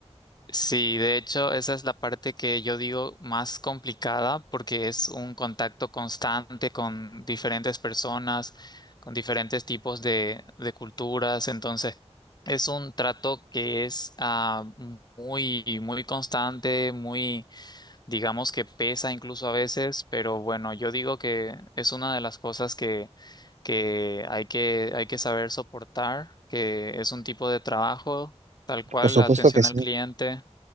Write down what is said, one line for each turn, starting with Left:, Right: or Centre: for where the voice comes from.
Left: Sí, de hecho, esa es la parte que yo digo más complicada porque es un contacto constante con diferentes personas, con diferentes tipos de, de culturas. Entonces, es un trato que es ah, muy, muy constante, muy, digamos que pesa incluso a veces, pero bueno, yo digo que es una de las cosas que, que hay que, hay que saber soportar, que es un tipo de trabajo, tal cual,
Right: Por supuesto
Left: la atención
Right: que sí,
Left: al cliente.